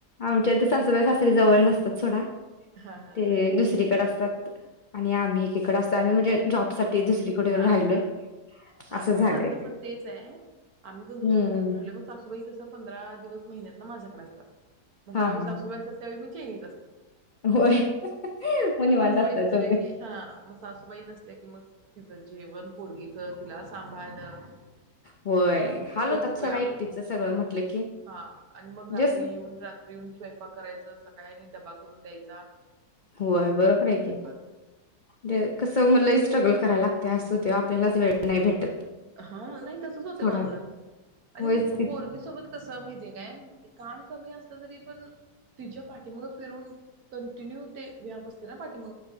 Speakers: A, on the left (about 75°); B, on the right (about 65°).
A: आमच्या इथ सासुबाय सासरे जवळ नसत तो सोडा
B: हां हां
A: ते
B: हां
A: दुसरीकडे असतात. आणि आम्ही एकेकड असतो आम्ही म्हणजे जॉबसाठी दुसरीकडे येऊन
B: हा
A: राहिलोय
B: हा हा
A: असं झालंय
B: मग माझं
A: ते.
B: पण तेच आहे आम्ही पण दुसरीकडे
A: हम्म
B: येऊन राहिल मग सासूबाई कसं पण पंधरा दिवस महिन्यात ना माझ्याकडे असतात. म ज्यावेळी
A: हा हा
B: सासूबाय असात त्यावेळी मी
A: होय
B: <unintelligible>
A: मग
B: म
A: निवांत
B: सासूबाई
A: असताय
B: नसले
A: तुम्ही.
B: की हा मग सासूबाई नसले की मग जेवण पोरगीच तिला सांभाळणं. मग
A: होय हाल
B: खूप
A: होतात सोडा
B: व्याप
A: एकटीच
B: होत
A: सगळं म्हटलं की
B: हा आणि मग रात्री
A: जस्ट
B: येऊन रात्री येऊन स्वयंपाक करायच स काय नाही डब्बा करून द्यायच
A: होय बरोबर आहे की
B: मग
A: ते कस म लई स्ट्रगल कर कराय लागतय अस होतंय आपल्यालाच वेळ नाही भेटत.
B: हा नाही तसच होतय
A: थोडा
B: माझं आणि
A: होयच की
B: पोरगी सोबत कसं माहितीये काय? काम कमी असलं तरी पण तिच्या पाठीमाग फिरून कंटिन्यू ते व्याप असते ना पाठीमा